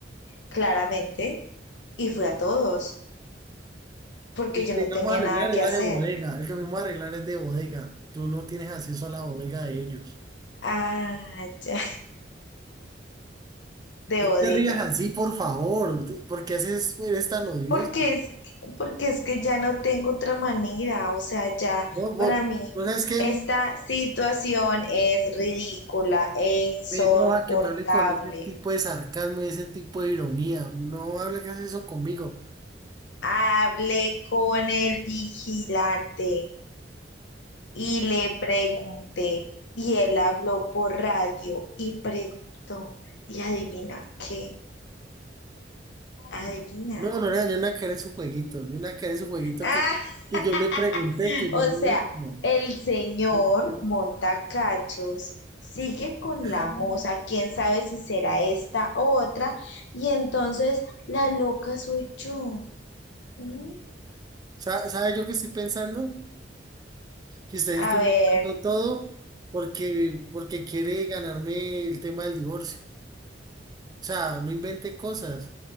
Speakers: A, on the left (about 70°); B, on the right (about 20°).
A: claramente y fui a todos porque
B: El
A: yo
B: que
A: no
B: íbamos
A: tenía
B: a arreglar
A: nada
B: era
A: que hacer.
B: de bodega, el que fuimos a arreglar es de bodega. Tú no tienes acceso a la bodega de ellos.
A: Ah, <laughs> ya, de
B: No
A: bodega.
B: te rías así, por favor, te- porque haces, eres tan odioso.
A: Porque es, porque es que ya no tengo otra manera, o sea, ya
B: No, vos,
A: para mí
B: vos sabes que
A: esta situación es ridícula e insoportable.
B: me enoja que me hable con ese tipo de sarcasmo y ese tipo de ironía. No hable que haces eso conmigo.
A: Hablé con el vigilante y le pregunté, y él habló por radio y preguntó, y adivina qué, adivina.
B: No, Lorena, yo no, ni una que su jueguito, ni una que su jueguito
A: <laughs>
B: que, que yo le pregunté,
A: <laughs>
B: que yo
A: O
B: le
A: sea,
B: dije, no.
A: el señor
B: no, no,
A: Montacachos sigue con la
B: Ah,
A: moza, quién sabe si será esta o otra, y entonces la loca soy yo. ¿Mm?
B: ¿Sabe, sabe yo qué estoy pensando? si ustedes
A: A
B: están
A: ver,
B: logrando todo porque, porque quiere ganarme el tema del divorcio. O sea, no invente cosas.